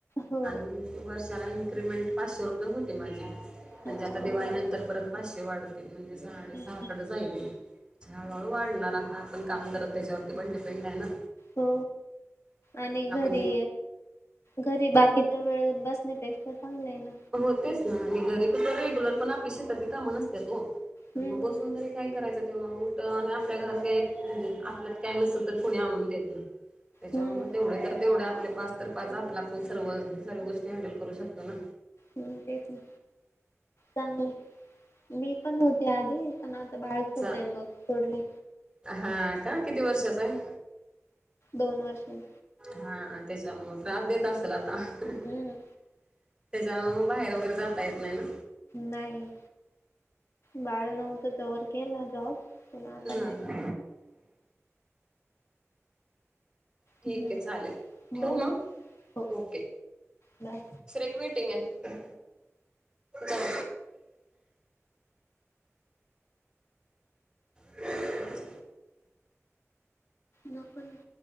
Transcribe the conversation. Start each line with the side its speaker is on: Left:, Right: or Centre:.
Left: हो
Right: आणि वर्षाला इन्क्रिमेंट पाचशे रुपये होते माझी म्हणजे
Left: अच्छा
Right: आता दिवाळी नंतर परत पाचशे वाढते म्हणजे साडे
Left: हं,
Right: सहाकडे
Left: हं.
Right: हळूहळू वाढणार हा आपण काम करत त्याच्यावरती पण डिपेंड आहे ना
Left: हो
Right: हम्म,
Left: आणि
Right: आपण
Left: घरी घरी बाकीचा वेळेस बसण्यापेक्षा चांगलं आहे ना
Right: हो तेच ना आणि घरी त तर रेग्युलर पण आपली शेतातली कामं नसत्यात हो
Left: हम्म
Right: मग बसून तरी काय करायचं तेव्हा उलट आणि आपल्या घरात काही एक म्हणजे आपल्यात काय नसेल तर कुणी आणून देत नाय त्याच्या
Left: हम्म
Right: म तेवढे तर तेवढे आपले पाच तर पा पाच आपला आपण सर्व, सर्व गोष्टी हँडल करू शकतो ना
Left: हम् तेच ना चांगलं मी पण हो ते आधी पण आता बाहेर छोट
Right: चा
Left: आहे मग सोडले
Right: हा का किती वर्षाचा आहे
Left: दोन वर्षां
Right: हा त्याच्यामुळ त्रास देत असेल आता त्याच्यामुळ
Left: हम्म
Right: बाहेर वगैरे जाता येत नाही ना
Left: नाही बाळ नव्हतं तोर केला जॉब पण आता
Right: हां
Left: नाही
Right: हां ठीक
Left: हम्म.
Right: आहे चालेल
Left: हो
Right: ठेऊ मग
Left: हो हो
Right: ओकेे
Left: बाय.
Right: एक वेटिंग आहे जा ची
Left: नको न.